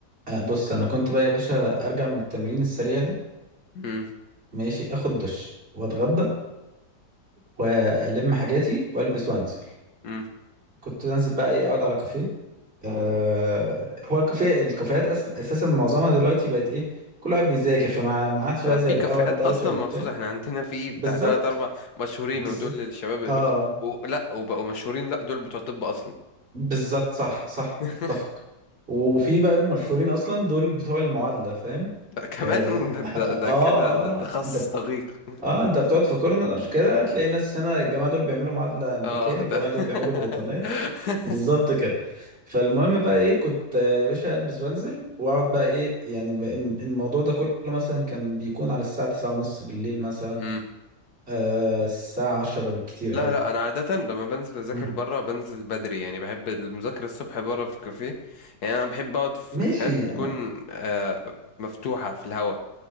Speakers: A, on the right; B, on the left.
A: آه بص انا كنت بقى يا باشا ارجع من التمرين السريع ده
B: امم
A: ماشي اخد دش واتغدى والم حاجاتي والبس وانزل
B: امم
A: كنت انزل بقى ايه اقعد على كافيه آه هو الكافيه الكافيهات أس اساسا معظمها دلوقتي بقت ايه كل واحد بيذاكر فما ما عادش بقى زي
B: في
A: الاول
B: كافيهات
A: دوشه
B: اصلا
A: وبتاع
B: مخصوص احنا عندنا في بتاع
A: بالظبط
B: تلات اربع مشهورين
A: بالظبط
B: ودول الشباب بتوع-
A: اه
B: و... لا وبقوا مشهورين لا دول بتوع طب اصلا
A: بالظبط صح
B: <laughs>
A: صح اتفق وفي بقى المشهورين اصلا دول بتوع المعادله فاهم
B: لا كمان
A: اه
B: <laughs> ده
A: اه,
B: ده
A: آه
B: كده ده تخصص
A: آه، انت بت-
B: دقيق
A: اه انت بتقعد في كورنر كده تلاقي ناس هنا الجماعه دول بيعملوا معادله امريكيه
B: اه
A: الجماعه
B: ده
A: دول
B: <laughs>
A: بيعملوا بريطانيه بالظبط كده فالمهم بقى ايه كنت آه، يا باشا البس وانزل واقعد بقى ايه يعني ب- الم- الموضوع ده كله مثلا كان بيكون على الساعه 9 ونص بالليل مثلا
B: مم.
A: آه الساعه 10 بالكتير قوي
B: لا لا انا عاده لما بنزل اذاكر
A: مم.
B: بره بنزل بدري يعني بحب المذاكره الصبح بره في كافيه يعني انا بحب اقعد في
A: ماشي
B: كافيهات تكون
A: انا
B: آه، مفتوحه في الهواء